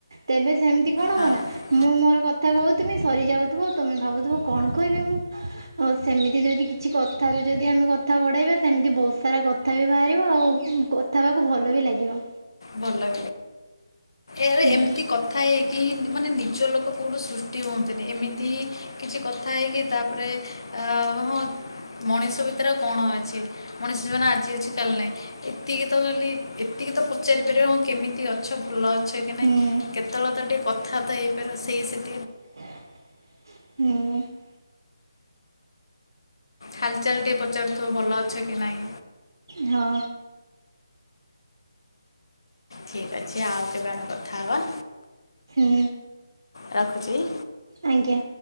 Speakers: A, on the right; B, on the left.
A: ତେବେ ସେମିତି କଣ
B: ହଁ
A: ହବନି ର ମୁଁ ମୋର କଥା କହୁଥିବି ସରିଯାଉଥିବ ତମେ ଭାବୁଥିବ କଣ କହିବି ମୁଁ ଅ ସେମିତି କା ଯଦି କିଛି କଥାରୁ ଯଦି ଆମେ କଥା ବଢେଇବା ସେମିତି ବହୁତ ସାରା କଥା ବି ବାହାରିବ ଆଉ, କଥା ହେବାକୁ ଭଲ ବି ଲାଗିବ।
B: ଭଲ। ଏରେ
A: ହୁଁ
B: ଏମିତି କଥା ହେଇକି ହିଁ ମାନେ ନିଜ ଲୋକ କଉଁଠୁ ସୃଷ୍ଟି ହୁଅନ୍ତିନି ଏମିତି କିଛି କଥା ହେଇକି ତାପରେ ଅ ହଁ। ମଣିଷ ଭିତରେ କଣ ଅଛି? ମଣିଷ ଜୀବନ ଆଜି ଅଛି କାଲି ନାହିଁ। ଏତିକି ତ ଖାଲି ଏତି ତିକ ତ ପଚାରିପାରିବ କେମିତି ଅଛ? ଭଲ ଅଛ କି ନାଇଁ
A: ହୁଁ
B: କେତେବେଳେ ତ ଟିକେ କଥା ତ ହେଇପାରିବ ସେଇ ସି
A: ହୁଁ।
B: ହାଲଚାଲ ଟେ ପଚାରୁଥିବ ଭଲ ଅଛ କି ନାଇଁ?
A: ହଁ।
B: ଠିକ ଅଛି ଆଉ କେବେ ଆମେ କଥା ହେବା।
A: ହୁଁ।
B: ରଖୁଚି।
A: ଆଜ୍ଞା।